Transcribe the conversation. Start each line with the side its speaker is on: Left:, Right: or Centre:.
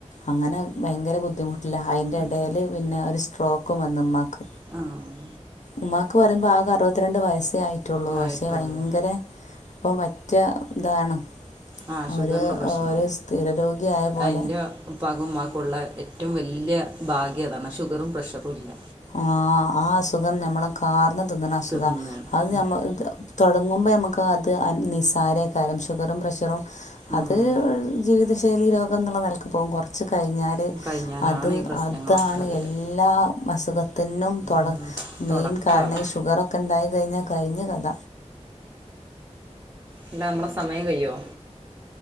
Left: അങ്ങനെ ഭയങ്കര ബുദ്ധിമുട്ട് ല അയ്ന്റെടേല്
Right: അത്
Left: പിന്ന ഒരു സ്ട്രോക്കും വന്ന്മ്മാക്ക്
Right: ആഹ്
Left: ഉമ്മാക്ക് പറയുമ്പോ ആകെ അറുപത്തി രണ്ട് വയസ്സേ ആയി റ്റുള്ളൂ പക്ഷേ
Right: ആയിട്ടുള്ളൂ
Left: ഭയങ്കര പ്പം പറ്റ ഇതാണ്
Right: ആ ഷുഗറിൻ്റെ
Left: ഒരു
Right: പ്രശ്നോ
Left: ഒരു സ്ഥിരരോഗിയായ പോലെ
Right: അന്റെ പ്പാക്കും മ്മാക്കുണ്ട് ഏറ്റവും വല്യ ഭാഗ്യതാണ് ഷുഗറും പ്രഷറും ഇല്ല
Left: ആ ആ അസുഖം ഞമ്മളെ കാർന്ന് തിന്ന്ണ അസുഖാ
Right: തിന്നാണ്
Left: അത്
Right: ഉം
Left: ഞമ്മ ങ്ങുമ്പ ഞമ്മക്കത് നിസാരേകാരം ഷുഗറും പ്രഷറും
Right: ഉം
Left: അത് ജീവിത ശൈലി രോഗം ന്നുള്ള നിലക്ക്പ്പോ കുറച്ച് കഴിഞ്ഞാൽ
Right: ഉം കഴിഞ്ഞാലാണ്
Left: അത്
Right: ഈ പ്രശ്നങ്ങളൊക്കെ
Left: അതാണ്
Right: വരാ
Left: എല്ലാ അസുഖത്തിനും തൊടമെയിൻ
Right: ഉം തുടക്കാതാ
Left: കാരണ ഈ ഷുഗറൊക്കെ ഉണ്ടായി കഴിഞ്ഞാൽ കഴിഞ്ഞ്കഥ
Right: ഇല്ലാ നമ്മളെ സമയം കയോ